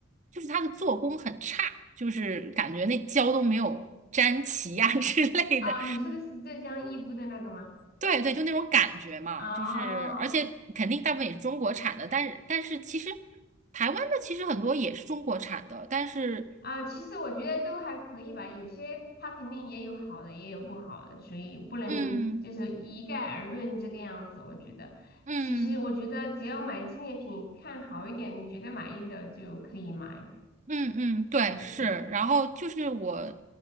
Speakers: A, on the right (about 35°); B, on the left (about 50°).
A: 就是它的做工很差，就是感觉那胶都没有粘齐呀、<laughs> 之类的。
B: <laughs> 啊，你说的是浙江义乌的那个吗？
A: 对对，就那种感觉嘛，
B: 哦
A: 就是而且肯定大部分也是中国产的，但是但是其实台湾的其实很多也是中国产的，但是
B: 啊，其实我觉得都还可以吧，有些它肯定也有好的，也有不好的，所以不能就是一概而论这个样子。
A: 嗯
B: 我觉得，
A: 嗯
B: 其实我觉得只要买纪念品，看好一点，你觉得满意的就可以买。
A: 嗯嗯，对是，
B: 对对对，
A: 然后就是我